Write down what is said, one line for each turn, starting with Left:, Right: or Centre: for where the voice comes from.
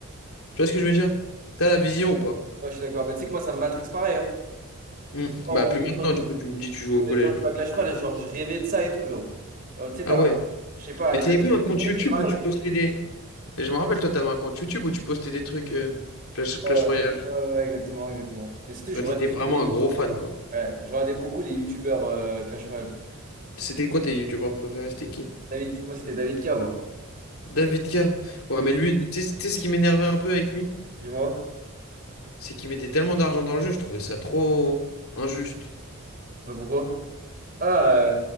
Left: Tu vois ce que je veux dire? T'as la vision ou pas?
Right: Ouais, je suis d'accord. Mais tu sais que moi, ça me matrix pareil. hein.
Left: Hmm.
Right: En
Left: Bah,
Right: gros,
Left: plus maintenant,
Right: Quand je,
Left: du coup, tu me dis que tu joues au
Right: ouais,
Left: collège.
Right: quand je
Left: plus.
Right: joue à Clash Royale, genre, je rêvais de ça et tout, genre. Alors, tu sais,
Left: Ah
Right: t'as
Left: ouais.
Right: un- Je sais pas,
Left: Mais
Right: et
Left: t'avais
Right: même...
Left: pas un compte
Right: Je sais
Left: YouTube
Right: que c'est pareil.
Left: où tu postais des. Et je me rappelle, toi, t'avais un compte YouTube où tu postais des trucs euh, Clash... Clash
Right: Ouais,
Left: Royale.
Right: ouais, ouais, ouais, exactement, exactement. Mais surtout,
Left: Toi,
Right: je
Left: T'étais
Right: regardais
Left: vraiment
Right: beaucoup les...
Left: un gros fan, quoi.
Right: Ouais, je regardais beaucoup les youtubeurs euh, Clash Royale.
Left: C'était quoi tes youtubeurs préférés? C'était qui?
Right: David, moi c'était David K, moi.
Left: David K. Ouais, mais lui, tu sais tu sais ce qui m'énervait un peu avec lui?
Right: Dis-moi.
Left: c'est qu'ils mettaient tellement d'argent dans le jeu, je trouvais ça trop injuste.
Right: Mais pourquoi? Ah,
Left: Bah,
Right: euh,